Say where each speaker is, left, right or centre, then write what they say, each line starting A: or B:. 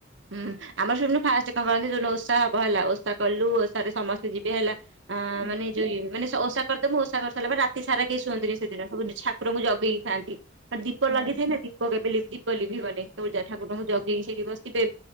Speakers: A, on the right; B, on the left.
A: ହୁଁ ଆମର ଶୁଣୁନୁ ଫାଷ୍ଟ କଣ କରନ୍ତି ଯୋଉ ଦିନ ଓଷା ହବ ହେଲା, ଓଷା କଲୁ ଓଷାରେ ସମସ୍ତେ ଯିବେ ହେଲା। ଆ
B: ହୁଁ
A: ମାନେ ଯୋ ଇଏ ମାନେ ଓଷା କରିଦମୁ ଓଷା କରିସାରିଲା ପରେ ରା ରାତି ସାରା କେହି ଶୁଅନ୍ତିିନି ସେଦିନ ସବୁ ଠାକୁରଙ୍କୁ ଜଗିକି ଥାଆନ୍ତି, ଆଉ ଦୀପ
B: ହୁଁ
A: ଲାଗିଥାଏ
B: ହୁଁ।
A: ନା ଦୀପ କେବେ ଲିଭି ଦୀପ ଲିଭିବନି, ସବୁ ଜ ମାନେ ଠାକୁରଙ୍କୁ
B: ହୁଁ
A: ଜଗିକି ସେଇଠି ବସିଥିବେ